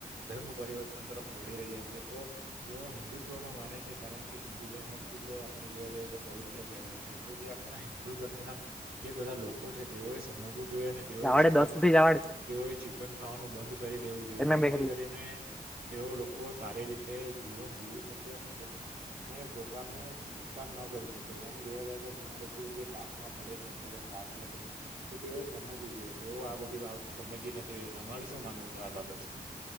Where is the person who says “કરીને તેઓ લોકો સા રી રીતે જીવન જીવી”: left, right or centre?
Right